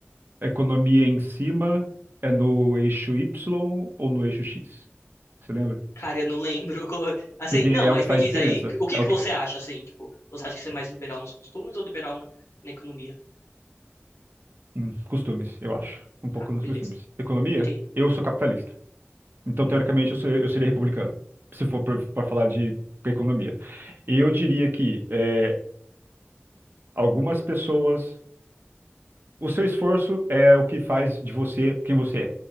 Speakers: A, on the right; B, on the left.
A: economia em cima é no eixo Y ou no eixo X? Você lembra?
B: Cara, eu não lembro. <laughs> co- Assim,
A: Porque
B: não,
A: é
B: mas
A: o que faz
B: me diz
A: diferença.
B: aí, que- o que
A: É o
B: que
A: que
B: você acha, assim, tipo, você acha que você é mais liberal nos costumes ou liberal na, na economia?
A: Hum, costumes, eu acho. Um pouco
B: Tá,
A: nos
B: beleza,
A: costumes. Economia,
B: entendi.
A: eu sou capitalista. Então,
B: Hum,
A: teoricamente, eu, sou, eu seria republicano, se for para falar de economia. E eu diria que é, algumas pessoas. O seu esforço é o que faz de você quem você